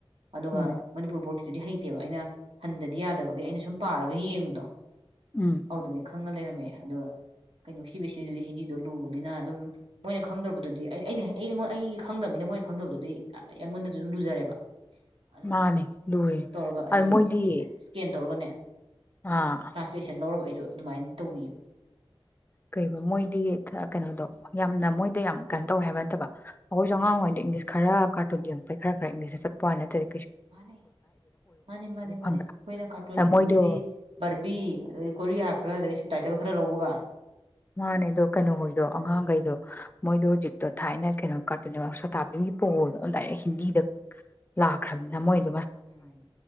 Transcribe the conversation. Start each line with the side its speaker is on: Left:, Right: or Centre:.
Right: ꯑꯗꯨꯒ
Left: ꯎꯝ
Right: ꯃꯅꯤꯄꯨꯔ ꯕꯣꯠꯀꯤ ꯑꯗꯨꯨꯗꯤ ꯍꯩꯇꯦꯕ ꯑꯩꯅ ꯍꯟꯗꯗꯤ ꯌꯥꯗꯕꯒꯤ ꯑꯩꯅ ꯁꯨꯝ ꯄꯥꯔꯒ ꯌꯦꯡꯕꯗꯣ
Left: ꯎꯝ
Right: ꯑꯗꯨꯗꯅꯦ ꯈꯪꯉ ꯂꯩꯔꯝꯃꯦ ꯑꯗꯣ ꯀꯩꯅꯣ ꯁꯤꯕꯤ ꯁꯤꯗꯨꯗꯤ ꯍꯤꯟꯗꯤꯗꯣ ꯂꯨꯕꯅꯤꯅ ꯑꯗꯨꯝ ꯃꯣꯏꯅ ꯈꯪꯗꯕꯗꯨ ꯑꯗꯨꯗꯤꯅ ꯑꯩꯅ ꯑꯩꯅ ꯑꯩꯒꯤ ꯈꯪꯗꯕꯅꯤꯅ ꯃꯣꯏꯅ ꯈꯪꯗꯕꯗꯨꯗꯤ ꯑꯩꯉꯣꯟꯗꯗꯤ ꯑꯗꯨꯝ ꯂꯨꯖꯔꯦꯕ ꯑꯗꯣ
Left: ꯃꯥꯅꯦ
Right: ꯑꯗꯨꯝ
Left: ꯂꯨꯔꯦ
Right: ꯀꯩꯅꯣ ꯇꯧꯔꯒ ꯑꯩꯁꯨ
Left: ꯑꯗ ꯃꯣꯏꯗꯤ
Right: ꯏꯁꯀꯦꯟ ꯇꯧꯔꯒꯅꯦ
Left: ꯑꯥ
Right: ꯇ꯭ꯔꯥꯟꯁꯂꯦꯁꯟ ꯂꯧꯔ ꯑꯗꯨꯃꯥꯏꯅ ꯇꯧꯕꯤꯌꯨ
Left: ꯀꯩ ꯑꯕ ꯃꯣꯏꯗꯤ ꯀꯩꯅꯣꯗꯣ ꯌꯥꯝꯅ ꯃꯣꯏꯗ ꯌꯥꯝ ꯀꯩꯅꯣ ꯇꯧꯋꯦ ꯍꯥꯏꯕ ꯅꯠꯇꯕ ꯈꯣꯏꯁꯨ
Right: ꯎꯝ
Left: ꯑꯉꯥꯡ ꯑ‌ꯣꯏꯔꯤꯉꯩꯗ ꯏꯪꯂꯤꯁ ꯈꯔ ꯀꯥꯔꯇꯨꯟ ꯌꯦꯡꯛꯩ ꯈꯔ ꯈꯔ ꯏꯪꯂꯤꯁꯇ ꯆꯠꯄ ꯋꯥꯅ ꯅꯠꯇ꯭ꯔꯦ
Right: ꯃꯥꯅꯤ ꯃꯥꯅꯤ ꯃꯥꯅꯤ
Left: ꯈꯪꯕ꯭ꯔꯥ
Right: ꯃꯥꯅꯤ ꯑꯩꯈꯣꯏꯅ ꯀꯥꯔꯇꯨꯟ
Left: ꯃꯣꯏꯗꯣ
Right: ꯑꯗꯩꯗꯤ ꯕꯥ꯭ꯔꯕꯤ ꯑꯗꯩ ꯀꯣꯔꯤꯌꯥ ꯈꯔ ꯑꯗꯒꯤ ꯁꯞꯇꯥꯏꯇꯜ ꯈꯔ ꯂꯧꯕꯒ
Left: ꯃꯥꯅꯦꯗꯣ ꯀꯩꯅꯣꯍꯣꯏꯗꯣ
Right: ꯈꯔ ꯌꯥꯕ
Left: ꯑꯉꯥꯡꯈꯩꯗꯣ ꯃꯣꯏꯗꯣ ꯍꯧꯖꯤꯛꯇꯣ ꯊꯥꯏꯅ ꯀꯩꯅꯣ ꯀꯥꯔꯇꯨ ꯁꯣꯇꯥꯗꯤꯝꯒꯤ ꯄꯣꯣꯗꯣ ꯗꯥꯏꯔꯦꯛ ꯍꯤꯟꯗꯤꯗ ꯂꯥꯛꯈ꯭ꯔꯅꯤꯅ ꯃꯣꯏꯅ
Right: ꯎꯝ